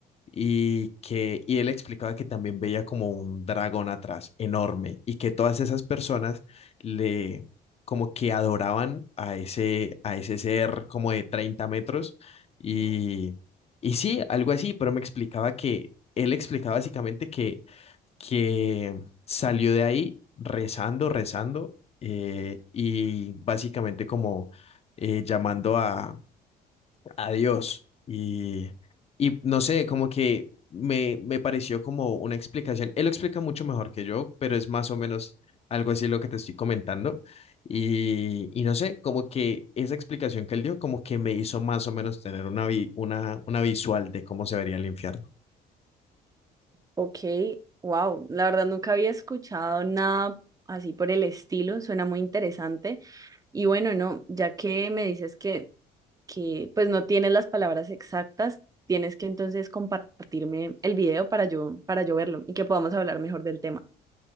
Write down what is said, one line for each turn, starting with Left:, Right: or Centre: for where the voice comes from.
Left: y que y él explicaba que también veía como un dragón atrás enorme y que todas esas personas le como que adoraban a ese a ese ser como de 30 metros y y sí, algo así, pero me explicaba que él explicaba básicamente que que salió de ahí rezando, rezando eh, y básicamente como eh, llamando a, a Dios. Y, y no sé, como que me, me pareció como una explicación. Él lo explica mucho mejor que yo, pero es más o menos algo así lo que te estoy comentando. Y, y no sé, como que esa explicación que él dio, como que me hizo más o menos tener una, vi- una, una visual de cómo se vería el infierno.
Right: Ok, wow, la verdad nunca había escuchado nada así por el estilo, suena muy interesante. Y bueno, no, ya que me dices que, que pues no tienes las palabras exactas, tienes que entonces compartirme el video para yo, para yo verlo y que podamos hablar mejor del tema.